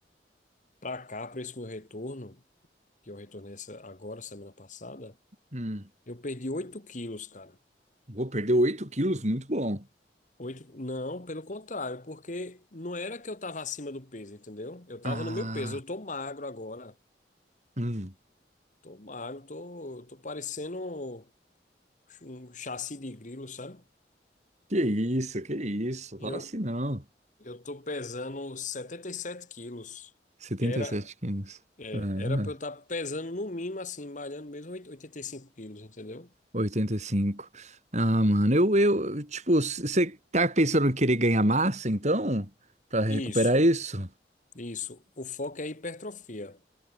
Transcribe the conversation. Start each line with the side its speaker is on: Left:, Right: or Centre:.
Left: pra cá, pra esse meu retorno, que eu retornei essa, agora, semana passada,
Right: hum.
Left: Eu perdi 8 quilos, cara.
Right: Vou perder 8 quilos, muito bom.
Left: Oito... Não, pelo contrário, porque não era que eu tava acima do peso, entendeu? Eu tava
Right: Ah,
Left: no meu peso. Eu tô magro agora.
Right: hum,
Left: Tô magro, tô, tô parecendo um chassi de grilo, sabe?
Right: Que isso, que isso. Fala
Left: Eu,
Right: assim não.
Left: eu tô pesando 77 quilos.
Right: Setenta
Left: Era,
Right: e sete quilos.
Left: é,
Right: Ah,
Left: era pra eu estar pesando no mínimo, assim, malhando mesmo oit- 85 quilos, entendeu?
Right: Oitenta e cinco. Ah, mano, eu, eu, tipo, você tá pensando em querer ganhar massa, então? Pra recuperar
Left: Isso,
Right: isso?
Left: isso. O foco é hipertrofia.